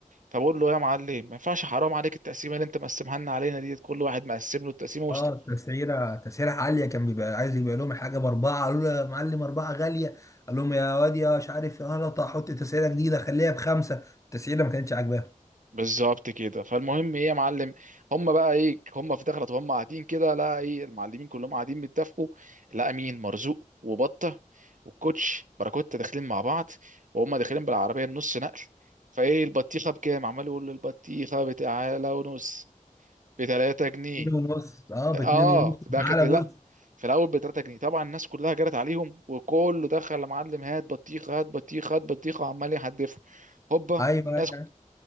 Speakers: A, on the right (about 70°); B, on the left (about 25°).
A: فبقول له يا معلم ما ينفعش حرام عليك التقسيمه اللي انت مقسمها لنا علينا دي كل واحد مقسم له التقسيمه
B: اه تسعيره تسعيره عاليه كان بيبقى عايز يبيع لهم الحاجه باربعه قالوا له يا معلم اربعه غاليه قال لهم يا واد يا مش عارف يا غلط هحط تسعيره جديده خليها بخمسه التسعيره ما كانتش عاجباهم
A: بالظبط كده فالمهم ايه يا معلم هم بقى ايه هم في دخلت وهم قاعدين كده لا ايه المعلمين كلهم قاعدين بيتفقوا لا مين مرزوق وبطه والكوتش باراكوتا داخلين مع بعض وهم داخلين بالعربيه النص نقل فايه البطيخه بكام عمال يقول له البطيخه بتعالى ونص ب 3 جنيه
B: اتنين ونص اه باتنين
A: اه
B: ونص
A: ده
B: تعالى
A: كانت لا
B: بص
A: في الاول ب 3 جنيه طبعا الناس كلها جرت عليهم وكله دخل يا معلم هات بطيخه هات بطيخه هات بطيخه وعمال يحدفوا هوبا
B: ايوه
A: الناس
B: ايوه